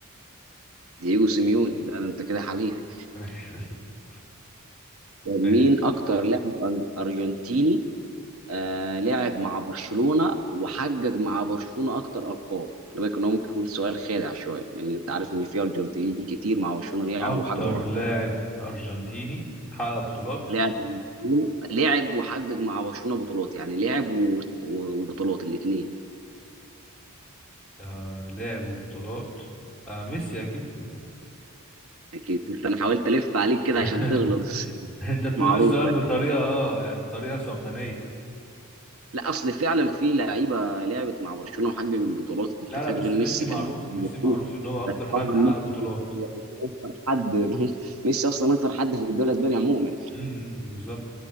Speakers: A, on the right; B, in the centre.
A: دييجو سيميوني لا ده انت كده حبيبي
B: <laughs>
A: طب
B: ماشي
A: مين اكتر لاعب أر- ارجنتيني آه لعب مع برشلونة وحقق مع برشلونة اكتر ارقام خلي بالك ان هو ممكن يكون سؤال خادع شويه لان انت عارف ان في ارجنتينيين كتير مع برشلونة لعبوا
B: اكتر
A: وحققوا ارقام
B: لاعب ارجنتيني حقق بطولات
A: لعب برشلونة- لعب وحقق مع برشلونة بطولات يعني لعب و- و- وبطولات الاثنين
B: آه لاعب وبطولات آه ميسي اكيد
A: اكيد انا حاولت الف عليك كده
B: <laughs>
A: عشان تغلط <laughs>
B: انت بتقول
A: معروفة
B: السؤال بطريقه اه يعني بطريقه صعبانيه
A: لا اصل فعلا في لعيبه لعبت مع برشلونه وحققت بطولات انت
B: لا لا
A: فاهم
B: بس
A: غير ميسي
B: ميسي معروف
A: كانوا موجودين.
B: ميسي معروف ان هو اكتر
A: بس
B: حد
A: طبعا
B: حقق
A: ميسي
B: بطولات
A: هو اكتر حد <laughs> ميسي اصلا اكتر حد في الدوري الاسباني عموما
B: امم بالظبط